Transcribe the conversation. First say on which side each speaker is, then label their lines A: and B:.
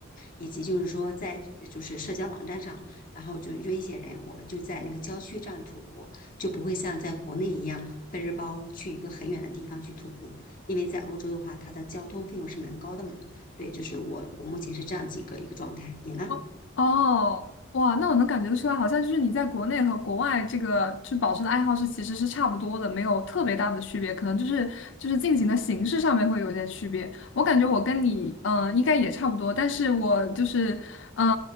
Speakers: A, on the left (about 40°); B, on the left (about 60°).
A: 以及就是说在就是社交网站上，然后就约一些人，我们就在那个郊区这样徒步，就不会像在国内一样背着包去一个很远的地方去徒步，因为在欧洲的话，它的交通费用是蛮高的嘛。对，就是我我目前是这样几个一个状态，你呢？
B: 哦，哦哇，那我能感觉得出来，好像就是你在国内和国外这个就保持的爱好是其实是差不多的，没有特别大的区别，可能就是就是进行的形式上面会有一些区别。我感觉我跟你嗯、呃应该也差不多，但是我就是嗯、